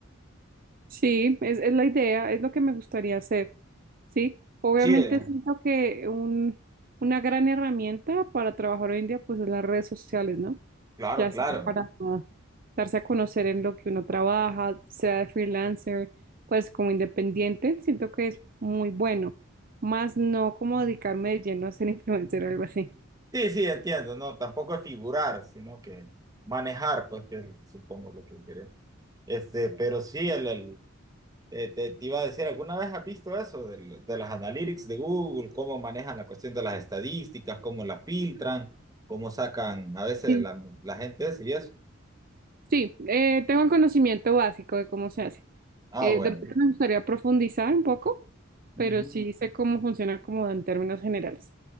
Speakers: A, on the right; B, on the right.
A: Sí, es, es la idea, es lo que me gustaría hacer, ¿sí? Obviamente
B: Sí, eh,
A: siento que un, una gran herramienta para trabajar hoy en día, pues, es las redes sociales, ¿no?
B: claro,
A: Ya
B: claro.
A: sea para darse a conocer en lo que uno trabaja, sea de freelancer, pues como independiente, siento que es muy bueno, más no como dedicarme de lleno a ser <laughs> influencer o algo así.
B: Sí, sí, entiendo, no, tampoco es figurar, sino que manejar, pues que es, supongo lo que quería. Este, pero sí, el, el, eh, te, te iba a decir, ¿alguna vez has visto eso del- de las analytics de Google, cómo manejan la cuestión de las estadísticas, cómo las filtran, cómo sacan a veces
A: Sí.
B: la, la gente esa y eso?
A: Sí, eh, tengo el conocimiento básico de cómo se hace.
B: Ah,
A: Eh,
B: bueno.
A: de pronto me gustaría profundizar un poco,
B: Ujú.
A: pero sí sé cómo funciona como en términos generales.